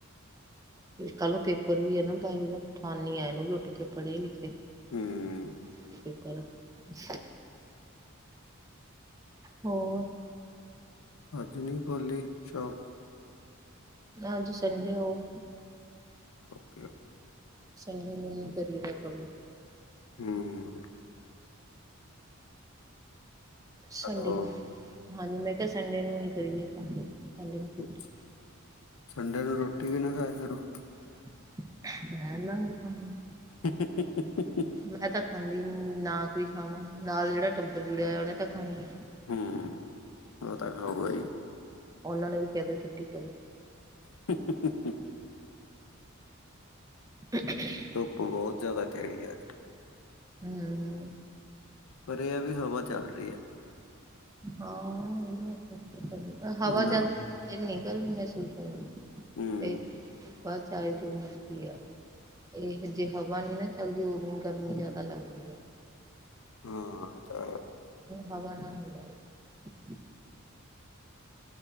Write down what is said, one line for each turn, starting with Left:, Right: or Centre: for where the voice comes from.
Right: ਕੱਲ ਨੂੰ ਪੇਪਰ ਵੀ ਆ ਨਾ ਬਾਈ ਠਾਨੀ ਆ ਨੂੰ ਵੀ ਉੱਠ ਕੇ ਪੜ੍ਹੇ ਲਿਖੇ
Left: ਹਮ
Right: <unintelligible> ਹੋਰ
Left: ਅਜ ਨੀ ਖੋਲੀ ਸ਼ੋਪ
Right: ਅੱਜ ਸੰਡੇ ਹੋ।
Left: ਓਕੇ ਓਕੇ
Right: ਸੰਡ ਮਨ ਕਰੀ ਰੱਖ
Left: ਹਮ
Right: ਸੰਡੇ
Left: ਹੈਲੋ
Right: ਨੂੰ ਹਾਂਜੀ ਮੈਂ ਕਿਹਾ ਸੰਡੇ ਨੂੰ ਨੀ ਕਰੀਗਾ ਕੰਮ ਸੰਡੇ ਨੂੰ ਛੁੱਟੀ
Left: ਅੱਛਾ ਸੰਡੇ ਨੂੰ ਰੋਟੀ ਵੀ ਨਾ ਖਾਏ ਕਰੋ
Right: <unintelligible>
Left: <inaudible>
Right: ਮੈਂ ਤਾਂ ਖਾਂਦੀ ਨਹੀ ਨਾ ਵੀ ਖਾਵਾਂ ਨਾਲ ਜਿਹੜਾ ਟੱਬਰ ਜੁੜਿਆ ਹੋਇਆ ਉਹਨੇ ਤਾਂ ਖਾਣੀ ਆ
Left: <unintelligible>
Right: ਉਨਾਂ ਨੇ ਵੀ ਕਹਤਾ ਛੁੱਟੀ ਕਰੋ।
Left: <inaudible>
Right: <inaudible>
Left: ਧੁੱਪ ਬਹੁਤ ਜ਼ਿਆਦਾ ਕਹਿੜੀ ਆ ਅੱਜ।
Right: ਹਮ।
Left: ਪਰ ਇਹ ਵੀ ਹਵਾ ਚੱਲ ਰਹੀ ਹੈ।
Right: ਹਾਂ ਹਵਾ
Left: ਇੰਨਾ
Right: ਚਦੀ ਇਨੀ ਗਰਮੀ ਮਹਿਸੂਸ ਹੋ।
Left: ਹੂੰ
Right: ਤੇ ਬਾਹ ਚਾਰੇ ਜੋ ਮਰਜ਼ੀ ਆ- ਇਹ ਜੇ ਹਵਾ ਨੀ ਨਾ ਚਲਦੀ ਉਹ ਦਿਨ ਗਰਮੀ ਜਿਆਦਾ ਲੱਗਦੀ ਹੈ।
Left: ਹਾਂ ਤਾਂ-
Right: ਹਵਾ ਨਾਲ ਨਹੀਂ ਆ ਰਹੀ।